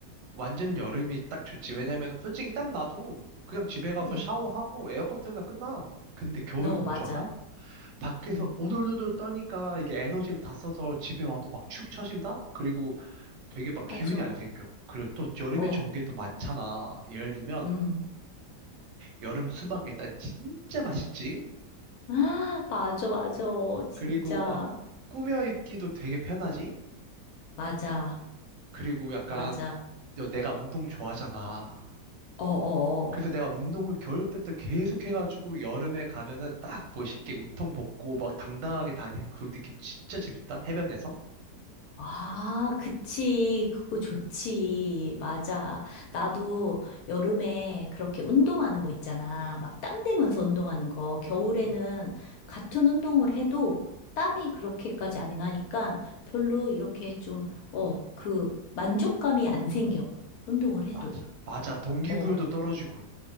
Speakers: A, on the right; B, on the left.
A: 완전 여름이 딱 좋지. 왜냐면 솔직히 땀 나도 그냥 집에 가서
B: 응.
A: 샤워하고 에어컨 틀면 끝나. 근데 겨울은
B: 어,
A: 뭔
B: 맞아.
A: 줄 알아? 밖에서
B: 응.
A: 오돌오돌 떠니까 이게 에너지를 다 써서 집에 와도 막 축 처진다? 그리고 되게 막
B: 맞아.
A: 기운이 안 생겨. 그리고 또 여름에
B: 어,
A: 좋은 게 또 많잖아. 예를 들면
B: 음.
A: 여름 수박 일단 진짜 맛있지?
B: 아, 맞아, 맞아. 진짜.
A: 그리고 막 꾸며 입기도 되게 편하지?
B: 맞아.
A: 그리고 약간
B: 맞아.
A: 너- 내가 운동 좋아하잖아.
B: 어어어.
A: 그래서 내가 운동을 겨울 때부터 계속 해가지고 여름에 가면은 딱 멋있게 웃통 벗고 막 당당하게 다니는 그 느낌 진짜 재밌다. 해변에서.
B: 아, 그치. 그거 좋지. 맞아. 나도 여름에 그렇게 운동하는 거 있잖아. 막 땀 대면서 운동하는 거. 겨울에는
A: 음,
B: 같은 운동을 해도 땀이 그렇게까지 안 나니까 별로 이렇게 좀, 어, 그 만족감이 안 생겨. 운동을
A: 맞아.
B: 해도.
A: 맞아. 동기부여도
B: 어,
A: 떨어지고.